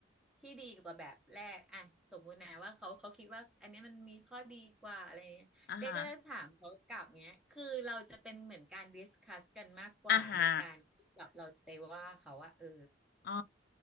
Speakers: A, in the centre; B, on the left.
A: ที่ดีกว่าแบบแรกอ่ะสมมุตินะว่าเขาเขาคิดว่าอันเนี้ยมันมีข้อดีกว่าอะไรเงี้ยเจ๊ก็จะถามเขากลับเนี้ยคือเราจะเป็นเหมือนการดิสคัสกันมากกว่าในการที่แบบเราจะไปว่าเขาว่าเออ
B: อ่าฮะอ่าฮะอ๋อ